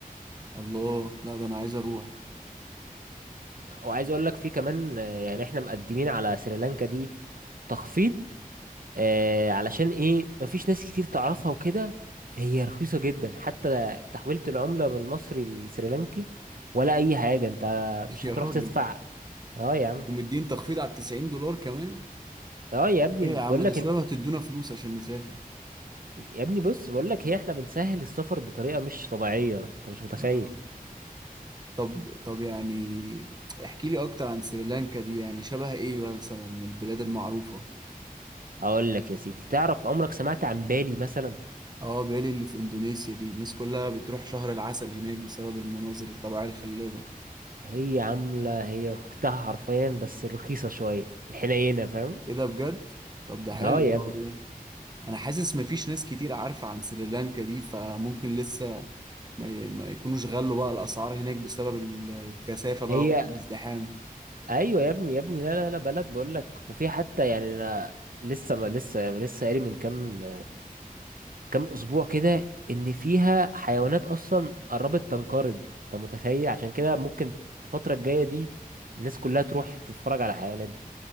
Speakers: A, on the right; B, on the right.
A: الله لا ده انا عايز اروح
B: وعايز اقول لك في كمان آه، يعني احنا مقدمين على سريلانكا دي تخفيض آه علشان ايه مفيش ناس كتير تعرفها وكده فهي رخيصة جدا حتى تحويلة العملة من المصري للسريلانكي ولا اي حاجة انت
A: <laughs>
B: مش
A: يا
B: هتروح
A: راجل
B: تدفع اه يا عم
A: ومدين تخفيض على 90 دولار كمان
B: اه يا ابني
A: ايه
B: بقول
A: يا عم ده
B: لك
A: شباب هتدونا فلوس عشان نسافر
B: يا ابني بص بقول لك هي احنا بنسهل السفر بطريقة مش طبيعية انت مش متخيل
A: آه. طب طب يعني احكي لي اكتر عن سريلانكا دي يعني شبه ايه مثلا من البلاد المعروفة
B: اقول لك يا سيدي تعرف عمرك سمعت عن بالي مثلا
A: اه بالي اللي في اندونيسيا دي الناس كلها بتروح شهر العسل هناك بسبب المناظر الطبيعية الخلابة
B: هي عاملة هي اختها حرفيا بس رخيصة شوية الحنينة فاهم
A: ايه ده بجد طب ده حلو
B: اه يا ابني
A: والله انا حاسس مفيش ناس كتير عارفة عن سريلانكا دي فممكن لسه ما, ي... ما يكونوش غلوا بقى الاسعار هناك بسبب الكثافه بقى
B: هي
A: والازدحام
B: ايوه يا ابني يا ابني لا لا لا بلد بقول لك وفي حتى يعني انا لسه ما لسه لسه قاري من كام كام اسبوع كده ان فيها حيوانات اصلا قربت تنقرض انت متخيل عشان كده ممكن الفتره الجايه دي الناس كلها تروح تتفرج على الحيوانات دي